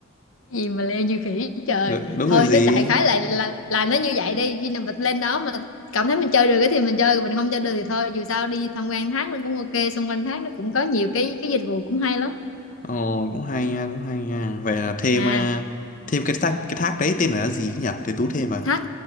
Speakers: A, on the left (about 80°); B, on the left (about 40°).
A: Cái gì mà leo như khỉ trời
B: Đ- đúng
A: thôi
B: rồi gì
A: nó đại khái là là là nó như vậy đi khi nào mình lên đó mà cảm thấy mình chơi được cái thì mình chơi còn mình không chơi được thì thôi dù sao đi tham quan thác nó cũng ok xung quanh thác nó cũng có nhiều cái cái dịch vụ cũng hay lắm
B: ồ cũng hay nha cũng hay nha vậy là thêm
A: à
B: à, thêm cái thác cái thác đấy tên là gì nhỉ để tú thêm à
A: thác